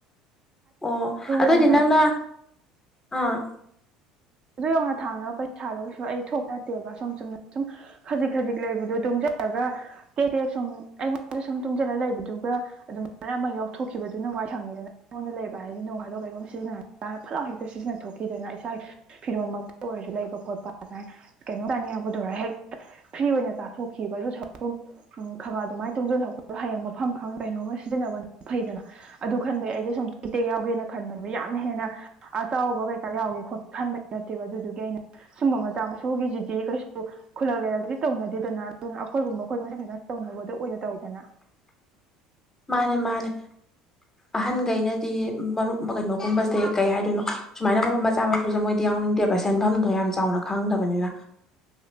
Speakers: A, on the left; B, on the right.
A: ꯑꯣ ꯑꯗꯨ
B: ꯌꯧꯅ
A: ꯑꯣꯏꯗꯤ ꯅꯪꯅ ꯑꯥ
B: ꯑꯗꯨ ꯌꯧꯅ ꯊꯥꯡꯅꯕ ꯄꯩꯁꯥꯗꯣ ꯀꯩꯁꯨ ꯑꯩ ꯊꯣꯛ ꯅꯠꯇꯦꯕ ꯁꯨꯝ ꯆꯨꯝꯅ ꯁꯨꯝ ꯈꯖꯤꯛ ꯈꯖꯤꯛ ꯂꯩꯕꯗꯣ ꯇꯨꯡꯖꯟ ꯔꯒꯥ ꯇꯦꯛ ꯇꯦꯛ ꯁꯨꯝ ꯑꯩꯉꯣꯟꯗ ꯁꯨꯝ ꯇꯨꯝꯁꯤꯜꯂ ꯂꯩꯕꯗꯨꯒ ꯑꯗꯨꯃꯥꯏꯅ ꯑꯃ ꯌꯥꯎꯊꯣꯛꯈꯤꯕꯗꯨꯅ ꯋꯥꯏ ꯁꯪꯉꯤꯗꯅ ꯑꯩꯉꯣꯟꯗ ꯂꯩꯕ ꯍꯥꯏꯁꯤꯗꯤ ꯅꯣꯡ ꯐꯤꯗꯣꯛ ꯀꯩꯅꯣꯝ ꯁꯤꯖꯤꯟꯅꯔ ꯀꯥꯟꯗ ꯐꯇ ꯂꯥꯎꯅ ꯍꯦꯛꯇ ꯁꯤꯖꯤꯟꯅꯊꯣꯛꯈꯤꯗꯅ ꯏꯁꯥꯒꯤ ꯐꯤꯔꯣꯟꯜꯃꯛꯇ ꯑꯣꯏꯔꯁꯨ ꯂꯩꯕ ꯈꯣꯠꯄ ꯑꯁꯃꯥꯏ ꯀꯩꯅꯣꯝ ꯆꯥꯅꯤꯡꯉꯛꯄꯗ ꯑꯣꯏꯔꯣ ꯍꯦꯛꯇ ꯐ꯭ꯔꯤ ꯑꯣꯏꯅ ꯆꯥꯊꯣꯛꯈꯤ ꯈꯤꯕ ꯑꯗꯨ ꯁꯔꯛꯇꯨꯝ ꯎꯝ ꯈꯔꯐꯒ ꯑꯗꯨꯃꯥꯏꯅ ꯇꯨꯡꯁꯤꯜꯈꯧꯕꯗꯣ ꯍꯌꯦꯡ ꯃꯐꯝ ꯈꯪꯅ ꯀꯩꯅꯣꯝꯃ ꯁꯤꯖꯤꯟꯅꯕꯅ ꯐꯩꯗꯅ ꯑꯗꯨ ꯈꯟꯕꯒꯤ ꯑꯩꯗꯣ ꯁꯨꯝ ꯇꯦꯛꯇꯦꯛ ꯌꯥꯎꯒꯦꯅ ꯈꯟꯕꯅꯦꯕ ꯌꯥꯝꯅ ꯍꯦꯟꯅ ꯑꯆꯥꯎꯕ ꯀꯩꯀꯥ ꯌꯥꯎꯒꯦ ꯈꯣꯠ ꯈꯟꯕꯩ ꯅꯠꯇꯦꯕ ꯑꯗꯨꯗꯨꯒꯤ ꯑꯩꯅ ꯁꯨꯝꯕ ꯃꯆꯥ ꯃꯁꯨꯒꯤꯁꯤꯗꯤ ꯀꯩꯁꯨ ꯈꯨꯂꯛ ꯂꯩꯔꯦꯜꯗꯗꯤ ꯇꯧꯅꯗꯦꯗꯅ ꯑꯗꯨꯅ ꯑꯩꯈꯣꯏꯒꯨꯝꯕ ꯑꯩꯈꯣꯏ ꯃꯁꯦꯜ ꯈꯤꯇꯪ ꯇꯧꯅꯕꯗ ꯑꯣꯏꯅ ꯇꯧꯏꯗꯅ
A: ꯃꯥꯅꯦ ꯃꯥꯅꯦ ꯑꯍꯟꯒꯩꯅꯗꯤ ꯃꯔꯨꯞ ꯀꯩꯅꯣꯒꯨꯝꯕꯁꯦ ꯀꯩ ꯍꯥꯏꯗꯣꯏꯅꯣ ꯁꯨꯃꯥꯏꯅ ꯃꯔꯨꯞ ꯃꯆꯥ ꯃꯁꯨꯨꯁꯨꯦ ꯃꯣꯏꯗꯤ ꯌꯥꯎ ꯗꯦꯕ ꯁꯦꯟꯐꯝꯗꯣ ꯌꯥꯝ ꯆꯥꯎꯅ ꯈꯪꯗꯕꯅꯤꯅ